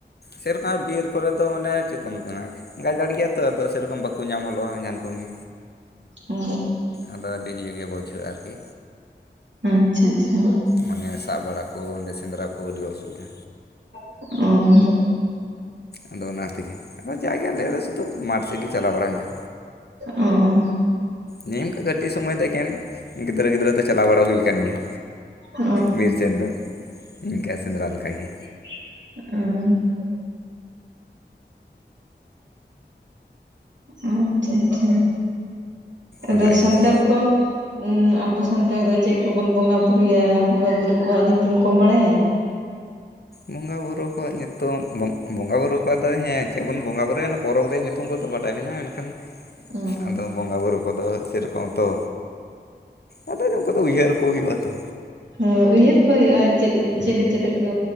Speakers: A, on the left; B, on the right.
A: ᱥᱮᱨᱚᱠᱚᱢ ᱵᱤᱨ ᱠᱚᱨᱮ ᱫᱚ ᱢᱟᱱᱮ ᱪᱮᱫ ᱠᱚ <unintelligible> ᱜᱟᱡᱟᱲ ᱜᱮᱭᱟ ᱛᱚ ᱟᱫᱚ ᱥᱮᱨᱚᱠᱚᱢ ᱵᱟᱠᱚ ᱧᱟᱢ ᱦᱚᱞᱚᱜᱼᱟ ᱡᱟᱦᱟᱱ ᱠᱚᱜᱮ
B: ᱚ
A: ᱟᱫᱚ ᱟᱹᱰᱤ ᱤᱭᱟᱹ ᱜᱮ ᱵᱩᱡᱷᱟᱹᱜᱼᱟ ᱟᱨᱠᱤ
B: ᱟᱪᱪᱷᱟ ᱟᱪᱪᱷᱟ
A: ᱢᱟᱱᱮ ᱥᱟᱵ ᱵᱟᱲᱟ ᱠᱚ ᱚᱸᱰᱮ ᱥᱮᱸᱫᱽᱨᱟ ᱠᱚ ᱟᱹᱰᱤ ᱚᱥᱩᱵᱤᱫᱷᱟ
B: ᱚ
A: ᱟᱫᱚ ᱚᱱᱟ ᱛᱮᱜᱮ ᱟᱫᱚ ᱡᱟᱜᱮ ᱟᱞᱮ ᱫᱚ ᱥᱩᱫᱷᱩ ᱢᱟᱴᱷ ᱥᱮᱫ ᱜᱮ ᱪᱟᱞᱟ ᱵᱟᱲᱟ ᱦᱩᱭᱩᱜᱼᱟ
B: ᱚᱻ
A: ᱱᱤᱱᱠᱟᱹ ᱠᱟᱹᱴᱤᱡ ᱥᱚᱢᱚᱭ ᱫᱚ ᱮᱠᱮᱱ ᱜᱤᱫᱽᱨᱟᱹ ᱜᱤᱫᱽᱨᱟᱹ ᱫᱚ ᱪᱟᱞᱟᱣ ᱵᱟᱲᱟ ᱦᱩᱭ ᱠᱟᱱ ᱜᱮᱭᱟ
B: ᱚ
A: ᱵᱤᱨ ᱥᱮᱫ ᱫᱚ ᱤᱱᱠᱟᱹ ᱥᱮᱸᱫᱽᱨᱟ ᱞᱮᱠᱟᱜᱮ
B: ᱩ ᱟᱪᱪᱷᱟ ᱟᱪᱪᱷᱟ ᱟᱫᱚ
A: ᱚᱱᱟ ᱤᱭᱟᱹᱛᱮ
B: ᱥᱟᱱᱛᱟᱲ ᱠᱚ ᱩ ᱟᱵᱚ ᱥᱟᱱᱛᱟᱲ ᱫᱚ ᱪᱮᱫ ᱠᱚᱵᱚᱱ ᱵᱚᱸᱜᱟ ᱵᱩᱨᱩᱭᱟ ᱵᱚᱸᱜᱟ ᱵᱩᱨᱩ ᱠᱚᱣᱟᱜ ᱧᱩᱛᱩᱢ ᱠᱚᱢ ᱵᱟᱲᱟᱭᱟ?
A: ᱵᱚᱸᱜᱟ ᱵᱩᱨᱩ ᱠᱚᱣᱟᱜ ᱧᱩᱛᱩᱢ ᱵᱚᱸᱜᱟ ᱵᱩᱨᱩ ᱠᱚᱣᱟᱜ ᱫᱚ ᱦᱮᱸ ᱪᱮᱫ ᱵᱚᱱ ᱵᱚᱸᱜᱟ ᱵᱩᱨᱩᱭᱟ ᱯᱚᱨᱚᱵᱽ ᱨᱮᱭᱟᱜ ᱧᱩᱛᱩᱢ ᱠᱚᱫᱚ ᱵᱟᱰᱟᱭ ᱢᱮᱱᱟᱜᱼᱟ ᱮᱱᱠᱷᱟᱱ
B: ᱚ
A: ᱟᱫᱚ ᱵᱚᱸᱜᱟᱼᱵᱩᱨᱩ ᱠᱚᱫᱚ ᱥᱮᱨᱚᱠᱚᱢ ᱛᱚ ᱟᱫᱚ ᱩᱱᱠᱩ ᱫᱚ ᱩᱭᱦᱟᱹᱨ ᱠᱚ ᱦᱩᱭᱩᱜ ᱟ ᱛᱚ
B: ᱦᱮ ᱩᱭᱦᱟᱹᱨ ᱠᱚ ᱦᱩᱭᱩᱜᱼᱟ ᱪᱮᱫ ᱪᱮᱞᱮ ᱪᱮᱞᱮ ᱠᱚ